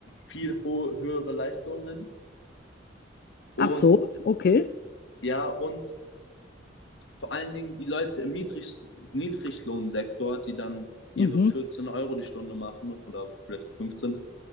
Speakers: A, on the left (about 85°); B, on the left (about 50°).
A: viel ho- höhere Leistungen und
B: Ach so, okay.
A: ja, und vor allen Dingen die Leute im Niedrig Niedriglohnsektor, die dann ihre
B: Mhm.
A: 14 Euro die Stunde machen oder vielleicht 15,